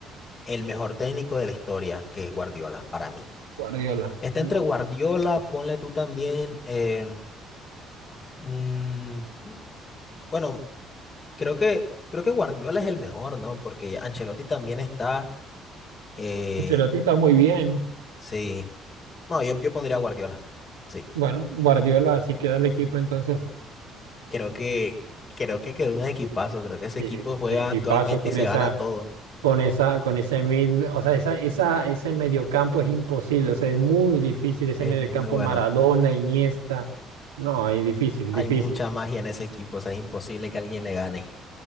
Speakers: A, on the left; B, on the right.
A: el mejor técnico de la historia, que es Guardiola, para mí.
B: Guardiola.
A: Está entre
B: no,
A: Guardiola, ponle tú también, eh, mm, bueno, Creo que, creo que Guardiola es el mejor, ¿no? Porque Ancelotti también está. eh,
B: Ancelotti está muy bien.
A: sí. No, yo, yo pondría a Guardiola. Sí.
B: Bueno, Guardiola así queda el equipo entonces.
A: Creo que, creo que quedó un equipazo. Creo que ese
B: eh,
A: equipo juega
B: un equipazo
A: actualmente
B: con
A: y se
B: esa,
A: gana todo.
B: con esa, con ese mid, o sea, esa, esa, ese mediocampo es imposible, o sea, es muy difícil ese
A: Es
B: mediocampo
A: muy bueno.
B: Maradona, Iniesta. No, es difícil,
A: Hay
B: difícil.
A: mucha magia en ese equipo. O sea, es imposible que alguien le gane.